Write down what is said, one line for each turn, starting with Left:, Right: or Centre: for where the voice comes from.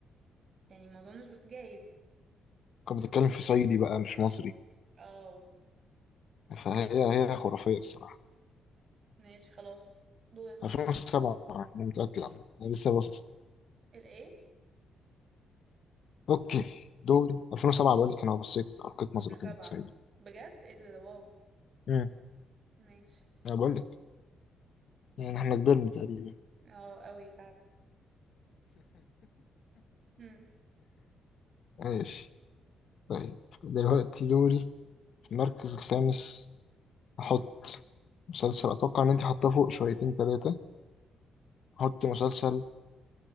Right: يعني ما اظنش بس جايز
Left: كان بتتكلم في صعيدي بقى مش مصري
Right: اه
Left: فهي هي خرافيه الصراحه
Right: ماشي خلاص دورك
Left: 2007 انا متاكد عامه انا لسه باصص
Right: الايه
Left: اوكي دوري 2007 بقول لك انا بصيت القيت نظره
Right: الرابعة
Left: كده سعيده
Right: بجد ايه ده واو
Left: امم
Right: ماشي
Left: انا بقول لك يعني احنا كبرنا تقريبا
Right: اه قوي فعلا امم
Left: <laughs> ماشي طيب دلوقتي دوري في المركز الخامس أحط مسلسل أتوقع إن أنت حاطاه فوق شويتين تلاتة أحط مسلسل